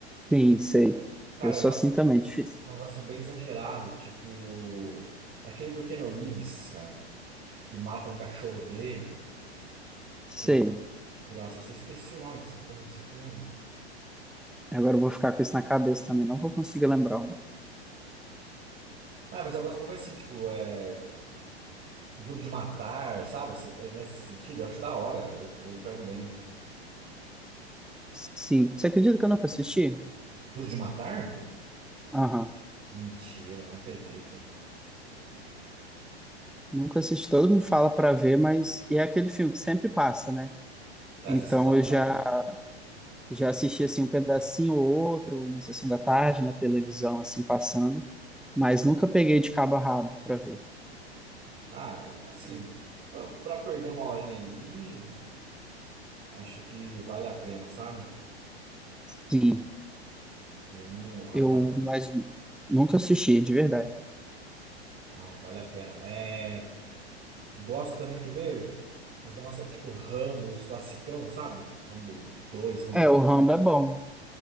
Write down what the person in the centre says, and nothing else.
Sim, sei.
Eu sou
assim
também, difícil.
Sei.
Agora eu vou ficar com isso na cabeça também, não vou conseguir lembrar. um.
Sim. Você acredita que eu nunca assisti?
Aham.
Nunca assisti. Todo mundo fala pra ver, mas e é aquele filme que sempre passa, né?
Então
eu já já assisti assim um pedacinho ou outro na sessão da tarde, na televisão assim passando, mas nunca peguei de cabo a rabo pra ver.
Sim,
eu mas nunca assisti, de verdade.
É, o Rambo é bom.